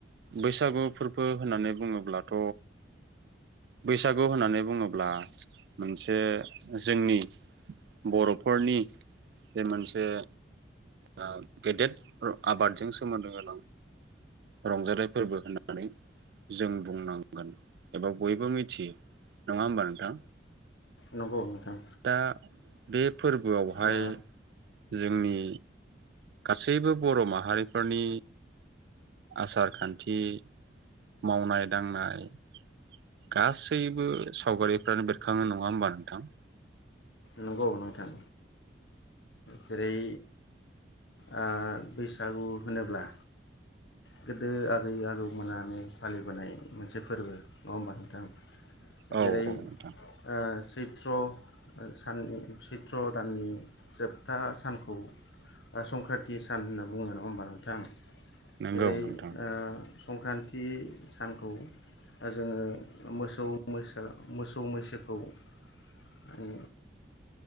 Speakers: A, on the right (about 60°); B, on the left (about 75°).
A: बैसागु फोरबो होननानै बुङोब्लाथ बैसागु होननानै बुङोब्ला मोनसे जोंनि बर'फोरनि जे मोनसे ओ गेदेर ओ आबादजों सोमोन्दो गोनां रंजाथाइ फोरबो होननानै जों बुंनांगोन एबा बयबो मिथियो नङा होमबा नोंथां।
B: नंगौ नोंथां
A: दा बे फोरबोआवहाय
B: ओ
A: जोंनि गासैबो बर' माहारिफोरनि आसार खान्थि मावनाय दांनाय गासैबो सावगारिफ्रानो बेरखाङो नङा होमबा नोंथां।
B: नंगौ नोंथां जेरै ओ बैसागु होनोब्ला गोदो आजै आजौमोनानो फालिबोनाय मोनसे फोरबो नङा होमबा नोंथां।
A: औ
B: जेरै
A: औ नोंथां
B: ओ सै सैत्र ओ सानि सैत्र दाननि जोबथा सानखौ ओ संक्रान्ति सान होनना बुङो नङा होनबा नोंथां।
A: नंगौ
B: जेरै
A: नोंथां
B: ओ संक्रान्ति सानखौ ओ जोङो मोसौ मोसा मोसौ मैसोखौ उम